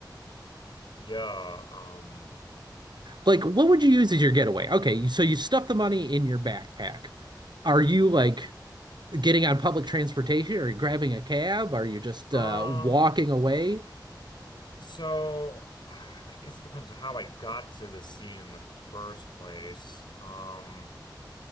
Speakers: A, on the left; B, on the right.
A: Yeah. Um.
B: Like, what would you use as
A: So.
B: your getaway? Okay, so you stuff the money in your backpack. Are you like getting on public transportation? Are you grabbing a cab? Are you just
A: Um.
B: uh, walking away?
A: So. <sighs> I guess it depends on how I got to the sea in the first place. Um.